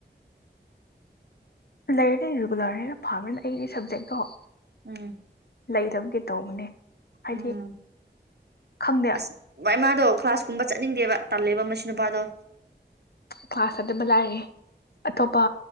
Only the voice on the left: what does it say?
ꯂꯩꯔ ꯂꯩ ꯌꯨꯒ ꯂꯔ ꯍꯔꯅ ꯐꯥꯅ ꯑꯩꯒꯤ ꯁꯞꯖꯦꯛꯇꯣ
ꯂꯩꯔꯕꯒꯦ ꯇꯧꯕꯅꯦ ꯍꯥꯏꯗꯤ
ꯈꯪꯗꯦ
ꯀ꯭ꯂꯥꯁ ꯑꯗꯨꯝꯕ ꯂꯥꯛꯔꯦ ꯑꯇꯣꯞꯄ